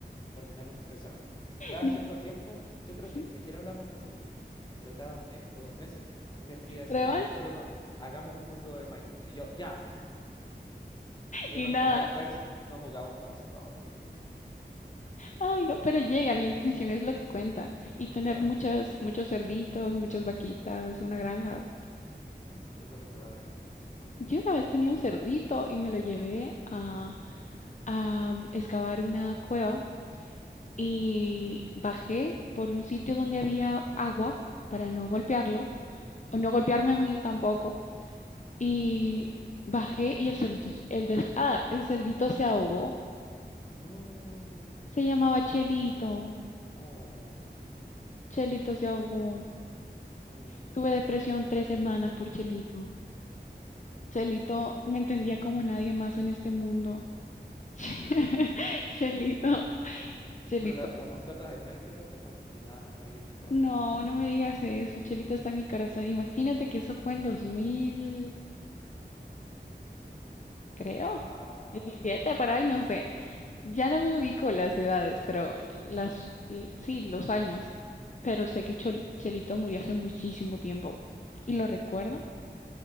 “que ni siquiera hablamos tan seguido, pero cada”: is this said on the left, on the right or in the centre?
Left